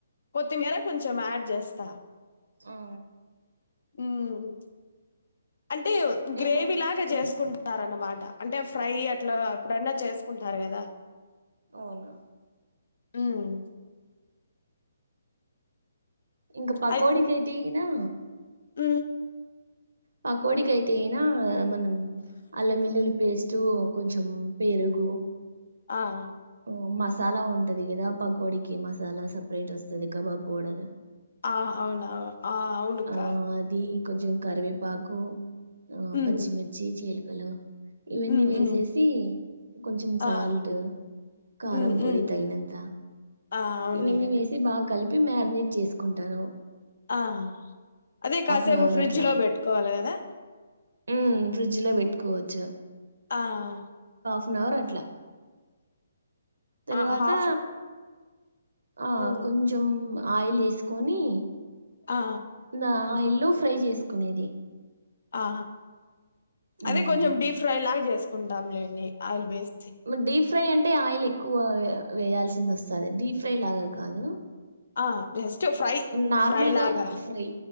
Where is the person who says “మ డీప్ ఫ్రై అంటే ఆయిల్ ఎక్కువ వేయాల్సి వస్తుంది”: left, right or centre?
Right